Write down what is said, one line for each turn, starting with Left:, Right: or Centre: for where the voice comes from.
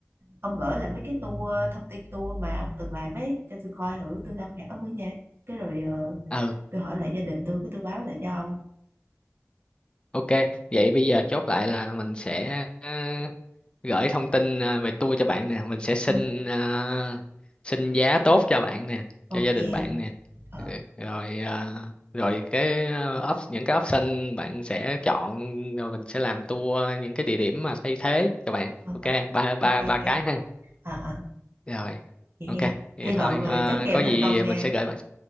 Right: ông gửi lại mấy cái tour thông tin tour mà ông từng làm ấy cho tôi coi thử tôi tham khảo thử nha cái rồi ờ,
Left: ừ
Right: tôi hỏi lại gia đình tôi cái tôi báo lại cho ông
Left: ok vậy bây giờ chốt lại là mình sẽ ờ, gửi thông tin ờ, về tour cho bạn nè mình sẽ xin
Right: ừ,
Left: ờ, xin giá tốt cho bạn nè
Right: ok
Left: cho gia đình bạn nè
Right: ờ,
Left: Ừ, rồi ờ, rồi cái ờ, op- những cái option bạn sẽ chọn rồi mình sẽ làm tour những cái địa điểm mà thay thế cho bạn
Right: ờ,
Left: ok
Right: ờ,
Left: ba ba
Right: ok
Left: ba
Right: ok
Left: cái ha
Right: à, à,
Left: rồi
Right: vậy
Left: ok
Right: hen
Left: vậy
Right: hy vọng
Left: thôi
Right: ờ,
Left: à,
Right: chốt kèo
Left: có gì
Right: thành công nha
Left: mình sẽ gửi bạn